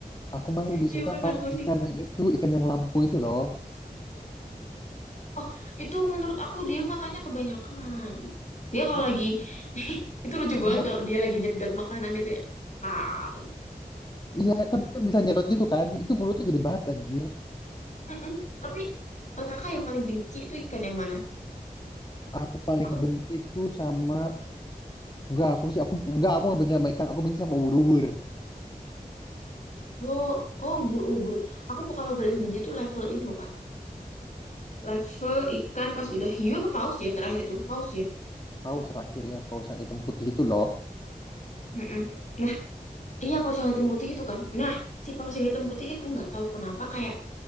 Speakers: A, on the left; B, on the left.
A: Aku malah lebih
B: Yang
A: suka
B: warna
A: pak
B: kuning.
A: ikan yang itu ikan yang lampu itu loh.
B: Oh, itu menurut aku dia makannya kebanyakan. Dia kalau
A: Lah,
B: lagi... <laughs> itu lucu banget
A: emang
B: kalau dia lagi nyedot makanan itu ya. Ah.
A: iya kan, kan bisa nyerot gitu kan? Itu mulutnya gede banget anjir.
B: Mm-mm. Tapi eh, kakak yang paling benci itu ikan yang mana?
A: Aku paling
B: Aku...
A: benci tuh sama enggak aku sih aku enggak aku nggak benci sama ikan. Aku benci sama ubur-ubur.
B: Oh, oh ubur-ubur. Aku kalau paling benci itu level ini loh, Kak. level ikan pas udah hiu apa paus ya terakhir itu paus ya
A: Paus terakhir ya paus yang hitam putih itu loh.
B: Mm-mm. nah iya paus yang hitam putih itu kan nah si paus yang hitam putih itu nggak tahu kenapa kayak